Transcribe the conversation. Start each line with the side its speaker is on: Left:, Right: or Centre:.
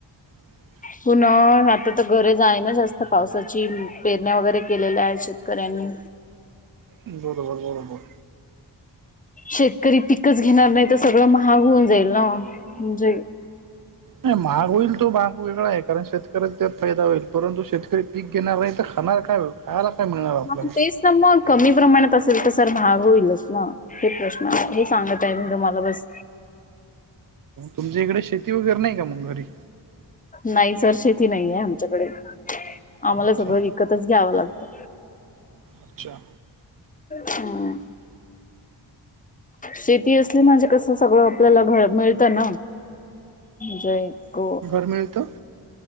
Right: ह
Left: पुन आता तर घरे जा आहे ना जास्त पावसाची पेरण्या वगैरे केलेल्या आहेत शेतकऱ्यांनी
Right: बरोबर बरोबर
Left: शेतकरी पिकच घेणार नाही तर सगळं महाग होऊन जाईल ना म्हणजे
Right: नाही महाग होईल तो महाग वेगळा आहे कारण शेतकऱ्याचा त्यात फायदा होईल परंतु शेतकरी पीक घेणार नाही तर खाणार काय खयला काय मिळणार आपल्याला
Left: हा तेच मग कमी प्रमाणात असेल तर सर भाग होईलच मग हे प्रश्न हे सांगत आहे मी तुम्हाला बस
Right: तुमच्या इकडे शेती वगैरे नाही का मग घरी
Left: नाही सर शेती नाही आहे आमच्याकडे आम्हाला
Right: अच्छा
Left: सगळं विकतच घ्यावं लागतं
Right: अच्छा
Left: हम् शेती असली म्हणजे कसं सगळं आपल्याला घ मिळतं ना जयक
Right: मिळतो